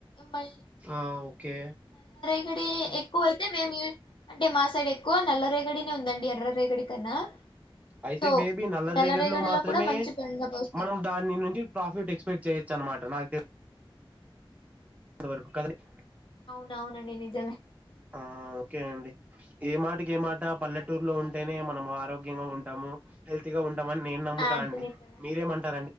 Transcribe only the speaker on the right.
ఆ ఓకే
అయితే
బేబీ నల్ల
రేగిడి లో మాత్రమే
మనం దాని నుంచి ప్రాఫిట్ ఎక్స్పెక్ట్ చేయొచ్చు అనమాట నాకు తెలి నంతవరకు కదండి
ఆ ఓకే అండి ఏ మాటకి ఏ మాట పల్లెటూరులో
ఉంటేనే మనము ఆరోగ్యంగా ఉంటాము హెల్తీ గా ఉం నేను నమ్ముతా
అండి
మీరేమంటార్